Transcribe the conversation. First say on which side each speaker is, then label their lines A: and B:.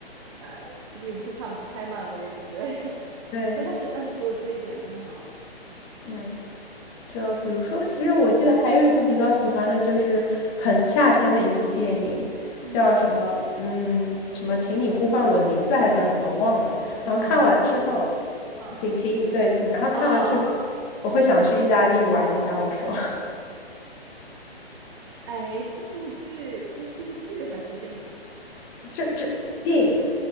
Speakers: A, on the right (about 25°); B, on the left (about 20°).
A: 呃，这个又不是拍拍漫威，对不对？<laughs>
B: 对，
A: 对，但是但是除了这一点，真的很好看。嗯，
B: 嗯，就比如说，其实我记得还有一部比较喜欢的，就是很夏天的一部电影，
A: 嗯，
B: 叫什么？嗯，什么？请你呼唤我的名字还是叫什么？我忘了。
A: 以你的名字播放我啊！
B: 然后看完之后，请请对请，然后看完之后，我会想去意大利玩一下。我说，
A: 哎，这部剧，这是这是剧还是电影？
B: <laughs> 这这电影，